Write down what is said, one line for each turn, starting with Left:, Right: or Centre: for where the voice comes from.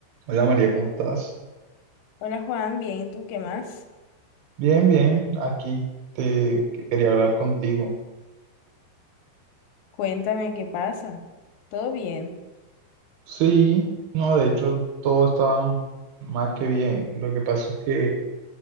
Right: Hola María, ¿cómo estás?
Left: Hola Juan, bien, ¿y tú qué más?
Right: Bien, bien, aquí te que quería hablar contigo.
Left: Cuéntame qué pasa. ¿Todo bien?
Right: Sí, no, de hecho todo está más que bien. Lo que pasa es que